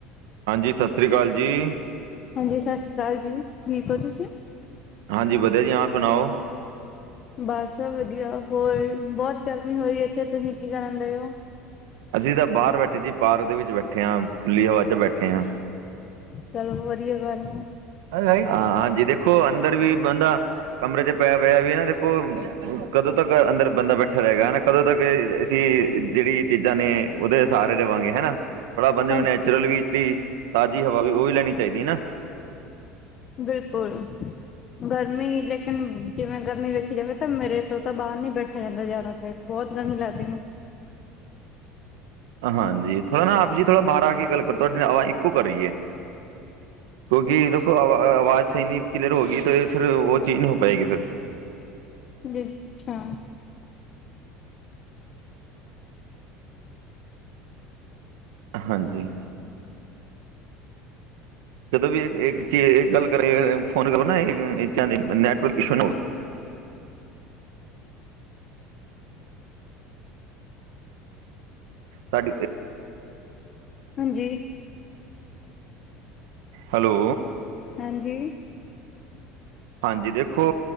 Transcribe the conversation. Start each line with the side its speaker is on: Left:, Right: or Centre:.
Right: ਹਾਂਜੀ, ਸਤਿ ਸ਼੍ਰੀ ਅਕਾਲ ਜੀ।
Left: ਹਾਂਜੀ, ਸਤਿ ਸ਼੍ਰੀ ਅਕਾਲ ਜੀ, ਠੀਕ ਹੋ ਤੁਸੀ।
Right: ਹਾਂਜੀ, ਵਧੀਆ ਜੀ, ਹਾਂ ਸੁਣਾਓ।
Left: ਬਸ ਵਧੀਆ, ਹੋਰ ਬਹੁਤ ਗਰਮੀ ਹੋ ਰਹੀ ਇੱਥੇ, ਤੁਸੀਂ ਕੀ ਕਰਨਦੇ ਹੋ।
Right: ਅਸੀਂ ਤਾਂ ਬਾਹਰ ਬੈਠੇ ਜੀ, ਪਾਰਕ ਦੇ ਵਿੱਚ ਬੈਠੇ ਹਾਂ, ਖੁੱਲੀ ਹਵਾ ਚ ਬੈਠੇ ਹਾਂ।
Left: ਚਲੋ ਵਧੀਆ ਗੱਲ ਹੈ।
Right: ਹਾਂ ਹਾਂਜੀ, ਦੇਖੋ ਅੰਦਰ ਵੀ ਬੰਦਾ ਕਮਰੇ ਚ ਪਿਆ ਪਿਆ ਵੀ ਨਾ ਦੇਖੋ ਕਦੋਂ ਤੱਕ ਅੰਦਰ ਬੰਦਾ ਬੈਠਾ ਰਹੇਗਾ ਹੈਨਾ ਕਦੋਂ ਤੱਕ ਅਸੀਂ ਜਿਹੜੀ ਚੀਜ਼ਾਂ ਨੇ ਉਹਦੇ ਸਹਾਰੇ ਰਵਾਂਗੇ ਹਨਾ, ਥੋੜਾ ਬੰਦੇ
Left: ਹਾਂਜੀ
Right: ਨੂੰ ਨੈਚੁਰਲ ਵੀ ਜਿਹੜੀ ਤਾਜ਼ੀ ਹਵਾ ਵੀ ਉਹ ਵੀ ਲੈਣੀ ਚਾਹੀਦੀ ਨਾ।
Left: ਬਿਲਕੁਲ ਗਰਮੀ ਲੇਕਿਨ, ਜਿਵੇ ਗਰਮੀ ਵੇਖੀ ਜਾਵੇ ਤਾ ਮੇਰੇ ਤੋਂ ਤਾ ਬਾਹਰ ਨੀ ਬੈਠਿਆ ਜਾਂਦਾ ਜਿਆਦਾ। ਤੇ ਬਹੁਤ ਗਰਮੀ ਲਗਦੀ ਮੈਨੂੰ।
Right: ਹਾਂਜੀ, ਥੋੜਾ ਨਾ ਆਪ ਜੀ, ਥੋੜਾ ਬਾਹਰ ਆ ਕੇ ਗੱਲ ਕਰੋ ਤੁਹਾਡੀ ਨਾ ਆਵਾਜ ਇੱਕੋ ਕਰ ਰਹੀ ਹੈ। ਕਿਉਂਕਿ ਦੇਖੋ ਆਵਾ ਆਵਾਜ ਸਹੀ ਨਹੀ ਕਲੀਅਰ ਹੋ ਗਈ ਤੇ ਫਿਰ ਉਹ ਚੀਜ ਨਹੀਂ ਹੋ ਪਾਏਗੀ ਫੇਰ।
Left: ਅੱਛਾ।
Right: ਹਾਂਜੀ। ਜਦੋਂ ਵੀ ਇਕ ਚੀਜ਼ ਗੱਲ ਕਰੇ, ਫੋਨ ਕਰੋ ਨਾ <unintelligible> ਨੈਟਵਰਕ ਇਸ਼ੂ ਨੂੰ। ਸਾਡੇ ਤੇ
Left: ਹਾਂਜੀ।
Right: ਹੈਲੋ।
Left: ਹਾਂਜੀ।
Right: ਹਾਂਜੀ, ਦੇਖੋ